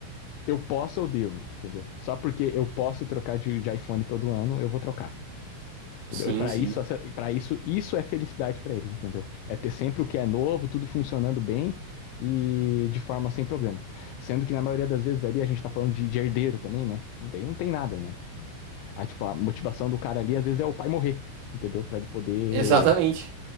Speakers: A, on the left (about 80°); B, on the right (about 75°).
A: eu posso, eu devo, entendeu? Só porque eu posso trocar de, de iPhone todo ano, eu vou trocar. Entendeu?
B: Sim,
A: E para
B: sim.
A: isso, para isso, isso é felicidade para eles, entendeu? É ter sempre o que é novo, tudo funcionando bem e de forma sem problema. Sendo que na maioria das vezes ali a gente tá falando de, de herdeiro também, né? E daí não tem nada, né? A, tipo, a motivação do cara ali às vezes é o pai morrer, entendeu? Para ele poder
B: Exatamente.